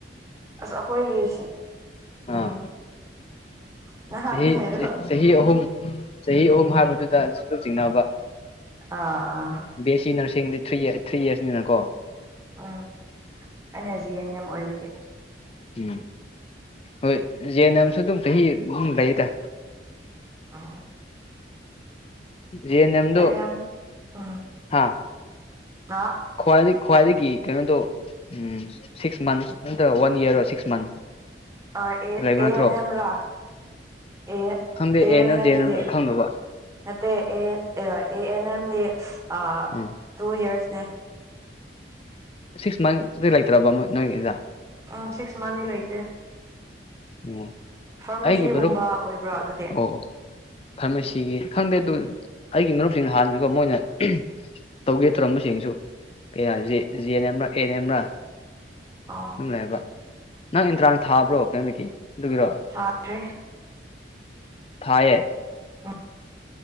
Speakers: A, on the right; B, on the left.
A: ꯑꯁ ꯑꯈꯣꯏꯒꯤꯁꯦ
B: ꯑꯥ
A: ꯎꯝ ꯅꯪ
B: ꯆꯍꯤ
A: ꯍꯥꯟꯅꯥ ꯍꯥꯏꯔꯣ
B: ꯆꯍꯤ ꯑꯍꯨꯝ ꯆꯍꯤ ꯑꯍꯨꯝ ꯍꯥꯏꯕꯗꯨꯗ ꯁꯨꯝ ꯆꯤꯡꯅꯕ
A: ꯑꯥ ꯑꯥ
B: ꯕꯤqꯑꯦꯁꯤ ꯅꯔꯁꯤꯡꯗꯤ ꯊ꯭ꯔꯤ ꯊ꯭ꯔꯤ ꯏꯌꯥꯔꯁꯅꯤꯅꯀꯣ
A: ꯎꯝ ꯑꯩꯅꯥ ꯖꯤ ꯑꯦꯟ ꯑꯦꯝ ꯑꯣꯏꯕꯒꯤ
B: ꯎꯝ ꯍꯣꯏ ꯖꯤ ꯑꯦꯟ ꯑꯦꯝ ꯁꯨ ꯑꯗꯨꯝ ꯆꯥꯍꯤ ꯑꯍꯨꯝ ꯂꯩꯌꯦꯗꯥ
A: ꯑꯥ
B: ꯖ ꯑꯦꯟ ꯑꯦꯝꯗꯨ
A: ꯑꯩ ꯌꯥꯝ ꯎꯝ
B: ꯍꯥ
A: ꯑ
B: ꯈ꯭ꯋꯥꯏ ꯈ꯭ꯋꯥꯏꯗꯒꯤ ꯀꯩꯅꯣꯗꯣ ꯎꯝ ꯁꯤꯛꯁ ꯃꯟꯁ ꯅꯠꯇ꯭ꯔ ꯋꯥꯟ ꯌꯥꯔꯔꯣ ꯁꯤꯛꯁ ꯃꯟꯁ
A: ꯑꯥ ꯑꯦ
B: ꯂꯩꯕ ꯅꯠꯇ꯭ꯔꯣ
A: ꯑꯦꯟ ꯑꯦꯝ ꯔꯥ ꯑꯦ
B: ꯈꯪꯗꯦ
A: ꯑꯦ
B: ꯑꯦꯅ
A: ꯑꯦꯟ ꯑꯦꯝ
B: ꯖꯦꯅ
A: ꯗꯤ
B: ꯈꯪꯗꯕ
A: ꯅꯠꯇꯦ ꯑꯦ ꯑꯦ ꯑꯦꯟ ꯑꯦꯝꯗꯤ ꯑꯥ
B: ꯎꯝ
A: ꯇꯨ ꯌꯥꯔꯁꯅꯦ
B: ꯁꯤꯛꯁ ꯃꯟꯗꯤ ꯂꯩꯇ꯭ꯔꯕ ꯅꯣꯏꯒꯤꯗ
A: ꯑꯥ ꯁꯤꯛꯁ ꯃꯟꯗꯤ ꯂꯩꯇꯦ
B: ꯑꯣ
A: ꯐꯥꯔꯃꯥꯁꯤꯒꯨꯝꯕ
B: ꯑꯩꯒꯤ ꯃꯔꯨꯞ
A: ꯑꯣꯏꯕ꯭ꯔꯣ ꯑꯗꯨꯗꯤ
B: ꯑꯣ ꯐꯥꯔꯃꯥꯁꯤꯒꯤ ꯈꯪꯗꯦ ꯑꯗꯨ ꯑꯩꯒꯤ ꯃꯔꯨꯞꯁꯤꯡꯅ ꯍꯥꯟꯅꯥꯀꯦ ꯃꯣꯏꯅꯥ ꯇꯧꯒꯦ ꯇꯧꯔꯝꯕꯁꯤꯡꯁꯨ ꯀꯌꯥ ꯖꯤ ꯑꯦꯟ ꯑꯦꯝꯔꯥ ꯑꯦ ꯑꯦꯟ ꯑꯦꯝꯔꯥ
A: ꯑꯣ
B: ꯑꯗꯨꯝ ꯂꯩꯌꯦꯕ ꯅꯪ ꯏꯟꯇ꯭ꯔꯥꯁ ꯊꯥꯕ꯭ꯔꯣ ꯀꯩꯅꯣꯒꯤ ꯑꯗꯨꯒꯤꯔꯣ
A: ꯊꯥ ꯗꯔꯤ
B: ꯊꯥꯏꯌꯦ
A: ꯎꯝ